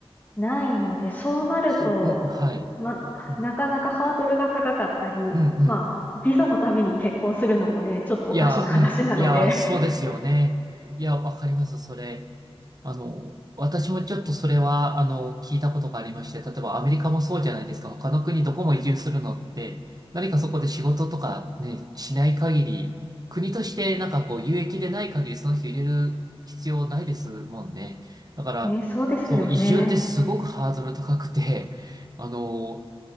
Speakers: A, on the left; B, on the right.
A: ないので、そうなると、
B: そう、うん、はい。
A: ま、
B: うん、
A: なかなかハードルが高かったり、
B: うん、うん。
A: まあ、ビザのために結婚するのもね、ちょっとおかしな話なので。
B: いや、うん。いや、そうですよね。
A: <laughs>
B: いや、わかります、それ。あの、私もちょっとそれは、あの、聞いたことがありまして、例えばアメリカもそうじゃないですか。他の国どこも移住するのって、何かそこで仕事とかね、しない限り、国としてなんかこう、有益でない限りその人入れる必要ないですもんね。だから、
A: ね、そうですよね。
B: そう、移住ってすごくハードル高くて、<laughs> あの、